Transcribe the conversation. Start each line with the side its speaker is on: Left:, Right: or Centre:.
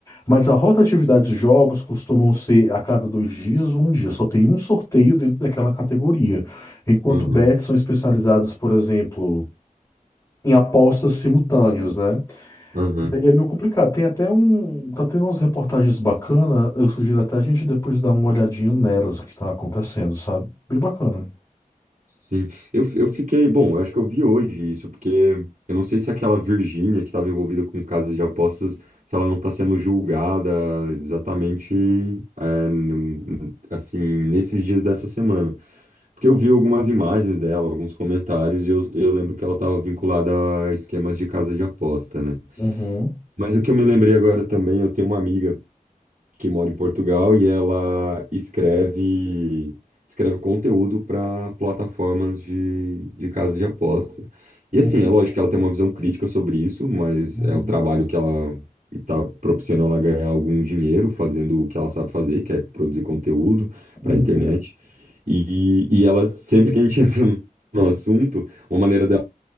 Left: Mas a rotatividade de jogos costumam ser a cada dois dias ou um dia. Só tem um sorteio dentro daquela categoria. Enquanto
Right: uhum,
Left: bets são especializadas, por exemplo, em apostas simultâneas, né?
Right: uhum,
Left: E aí é meio complicado. Tem até um. Tá tendo umas reportagens bacanas. Eu sugiro até a gente depois dar uma olhadinha nelas, o que tá acontecendo, sabe? Bem bacana.
Right: sim. Eu, eu fiquei, bom, eu acho que eu vi hoje isso, porque eu não sei se aquela Virgínia que estava envolvida com casas de apostas, se ela não está sendo julgada exatamente, é, n- n- assim, nesses dias dessa semana. Porque eu vi algumas imagens dela, alguns comentários, e eu, eu lembro que ela estava vinculada a esquemas de casa de aposta, né?
Left: Uhum,
Right: Mas o que eu me lembrei agora também, eu tenho uma amiga. que mora em Portugal e ela escreve escreve conteúdo para plataformas de, de casas de aposta. E
Left: uhum,
Right: assim, é lógico que ela tem uma visão crítica sobre isso, mas
Left: uhum,
Right: é o trabalho que ela está propiciando ela ganhar algum dinheiro fazendo o que ela sabe fazer, que é produzir conteúdo
Left: uhum.
Right: para a internet. E, e ela, sempre que a gente <laughs> entra no assunto, uma maneira dela